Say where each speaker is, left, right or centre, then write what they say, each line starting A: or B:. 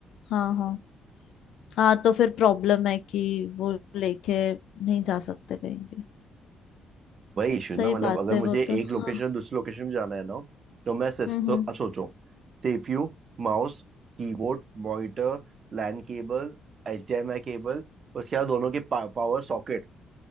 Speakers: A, on the left; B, on the right.
A: हाँ हाँ हाँ तो फिर प्रॉब्लम है कि वो लेके नहीं जा सकते कहीं भी
B: वही इशू
A: सही
B: ना मतलब
A: बात
B: अगर
A: है
B: मुझे
A: वो तो
B: एक लोकेशन
A: हाँ
B: से दूसरी लोकेशन में जाना है ना तो मैं सिस-
A: हम्म
B: तो
A: हम्म
B: अ, सोचो सीपीयू mouse keyboard monitor LAN cable एचडीएमआई केबल उसके बाद दोनों के पा, पावर सॉकेट